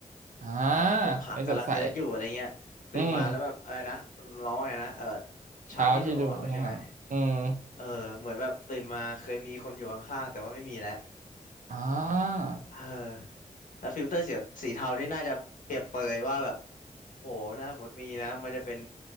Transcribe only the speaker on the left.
แบบอกหักกำลังเฮิร์ตอยู่อะไรเงี้ยตื่นมาแล้วแบบอะไรนะร้องว่าไงนะเออ
เช้าที่ดูเหงาๆใช่ไหม
เออเหมือนแบบตื่นมาเคยมีคนอยู่ข้างๆแต่ว่าไม่มีแล้ว
เออแล้วฟิลเตอร์สีสีเทานี่น่าจะเปรียบเปรยว่าแบบโหถ้าหมดมีนะมันจะเป็น